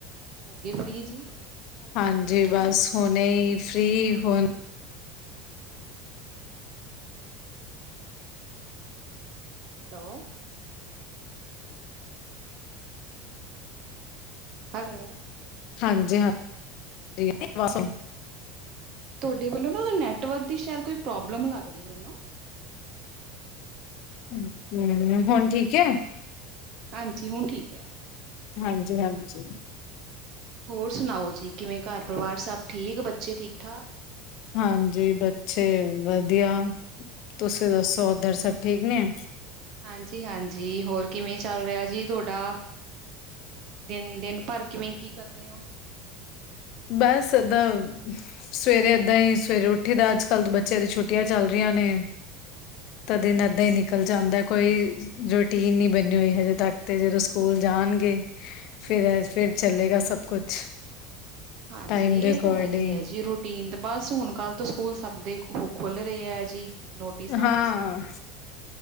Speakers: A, on the right (about 40°); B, on the left (about 45°).
A: ਹੋ ਗਏ ਫ੍ਰੀ ਜੀ। ਘਰ ਦੇ
B: ਹਾਂਜੀ
A: ਕੰਮ ਕਾਰ
B: ਬਸ
A: ਤੋਂ,
B: ਹੁਣੇ ਹੀ ਫਰੀ ਹੁਣ
A: ਹੈਲੋ। <unintelligible> ਹੈਲੋ।
B: ਹਾਂਜੀ <unintelligible>
A: ਤੋਡੇ ਵੱਲੋਂ ਨਾ ਨੈਟਵਰਕ ਦੀ ਸ਼ਾਇਦ ਕੋਈ ਪ੍ਰੋਬਲਮ ਲੱਗਦੀ ਮੈਨੂੰ
B: <unintelligible> ਹੁਣ ਠੀਕ ਹੈ।
A: ਹਾਂਜੀ, ਹੁਣ ਠੀਕ ਐ।
B: ਹਾਂਜੀ-ਹਾਂਜੀ।
A: ਹੋਰ ਸੁਣਾਓ ਜੀ, ਕਿਵੇਂ ਘਰ ਪਰਿਵਾਰ ਸਭ ਠੀਕ, ਬੱਚੇ ਠੀਕ ਠਾਕ।
B: ਹਾਂਜੀ, ਬੱਚੇ ਵਦੀਆ, ਤੁਸੀਂ ਦੱਸੋ ਓਦਰ ਸਬ ਠੀਕ ਨੇ।
A: ਹਾਂਜੀ-ਹਾਂਜੀ, ਹੋਰ ਕਿਵੇਂ ਚੱਲ ਰਿਆ ਜੀ ਤੁਆਡਾ। ਦਿਨ, ਦਿਨ ਭਰ ਕਿਵੇਂ ਕੀ ਕਰਦੇ ਓ?
B: ਬਸ ਏਦਾਂ ਸਵੇਰੇ ਏਦਾਂ ਈ, ਸਵੇਰੇ ਉੱਠੀ ਦਾ, ਅੱਜ-ਕੱਲ ਬੱਚਿਆਂ ਦੀ ਛੁੱਟੀਆਂ ਚੱਲ ਰੀਆਂ ਨੇ। ਤਾਂ ਦਿਨ ਐਦਾਂ ਈ ਨਿਕਲ ਜਾਂਦਾ ਕੋਈ ਰੂਟੀਨ ਨੀ ਬਣੀ ਹੋਈ ਹਜੇ ਤੱਕ ਤੇ ਜਦੋਂ ਸਕੂਲ ਜਾਣਗੇ ਫਿਰ ਐ ਫਿਰ ਚੱਲੇਗਾ ਸਬ ਕੁਛ।
A: ਹਾਂਜੀ,
B: ਟਾਈਮ
A: ਇਹ
B: ਦੇ ਅਕੋਰਡਿੰਗ
A: ਤਾਂ ਹੈਗਾ ਈ ਐ ਜੀ ਰੂਟੀਨ ਤੇ ਬਸ ਹੁਣ ਕੱਲ ਤੋ, ਸਕੂਲ ਸਬ ਦੇ ਖੁੱਲ ਰਏ ਐ ਜੀ। ਨੋਟਿਸ ਆ
B: ਹਾਂ।
A: ਰਹੇ ਆ ਸਕੂਲਾਂ ਦੇ।